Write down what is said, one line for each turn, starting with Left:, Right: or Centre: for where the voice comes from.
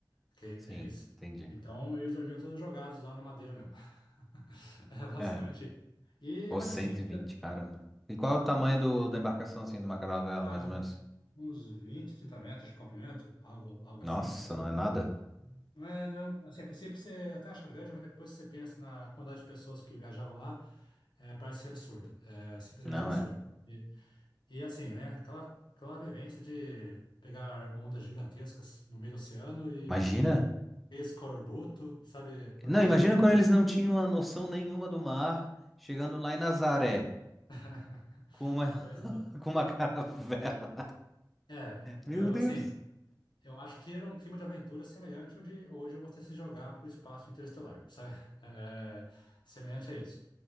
Left: Ok?
Centre: Sim,
Left: É isso.
Centre: entendi.
Left: Então, eles dormiam todos jogados lá na madeira mesmo. <laughs> É basicamente
Centre: É.
Left: isso. E,
Centre: Pô,
Left: mas
Centre: 120,
Left: assim,
Centre: caramba. E qual é o tamanho do, da embarcação assim, de uma caravela,
Left: cara,
Centre: mais ou menos?
Left: uns 20, 30 metros de comprimento, algo, algo
Centre: Nossa,
Left: assim, talvez.
Centre: não é nada?
Left: Não é, não é um- assim, a princípio você até acha grande, mas depois você pensa na quantidade de pessoas que viajavam lá, é, parece ser absurdo. É simplesmente
Centre: Não
Left: absurdo.
Centre: é.
Left: E, e assim, né? Aquela, aquela vivência de pegar ondas gigantescas no meio do oceano e
Centre: Imagina.
Left: escorbuto, sabe? Porque
Centre: Não, imagina
Left: come.
Centre: quando eles não tinham a noção nenhuma do mar, chegando lá em Nazaré,
Left: <laughs>
Centre: com uma,
Left: Pois é.
Centre: <laughs> com uma caravela.
Left: É,
Centre: Meu
Left: eu
Centre: Deus.
Left: assim, eu acho que era um clima de aventura semelhante ao de hoje você se jogar para o espaço interestelar, sabe? <laughs> É, semelhante a isso.